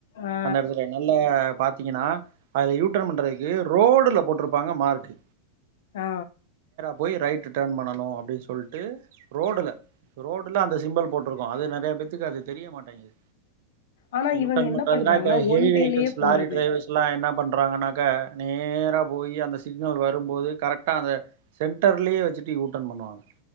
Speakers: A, on the left; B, on the right.
A: ஆ
B: அந்த எடத்துல நல்லா பாத் தீங்கன்னா அதுல யூ டர்ன் பண்றக்கு ரோடுல போட்டுருப்பாங்க மார்க்கு
A: ஆ
B: போயி ரைட்டு டேர்ன் பண்ணணு அப்டி சொல்ட்டு ரோடுல ரோடுல அந்த சிம்பல் போட்ருக்கு அது நெறைய பேத்துக்கு அது தெரிய மாட்டேங்குது.
A: ஆனா
B: யூ
A: இவங்க
B: டர்ன் பண்றதுனா
A: என்ன பண்றாங்கன்னா
B: இப்ப ஹெவி
A: ஒன்
B: வெஹிக்கில்ஸ்
A: வேலயே
B: லாரி
A: போறது
B: டிரைவர்ஸல்லா என்ன பண்றாங்கன்னா க்கா நேரா போயி அந்த சிக்னல் வரும்போது கரெக்டா அந்த சென்டர்லயே வச்சுட்டு யூ டர்ன் பண்ணுவாங்க